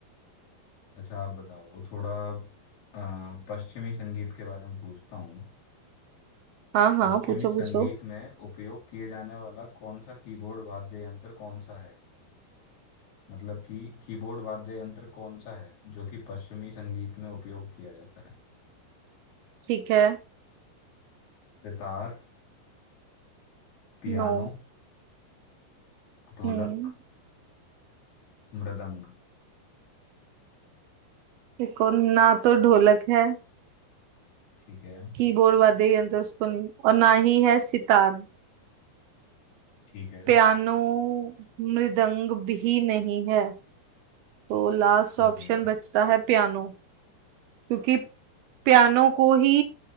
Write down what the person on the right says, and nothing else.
हाँ हाँ
पूछो
पूछो
ठीक है
नो
हम्म
देखो ना तो ढोलक है
कीबोर्ड वाद्य यंत्र उसको नहीं और ना ही है सितार
पियानो मृदंग भी नहीं है तो लास्ट
ऑप्शन
बचता है पियानो क्योंकि पियानो को ही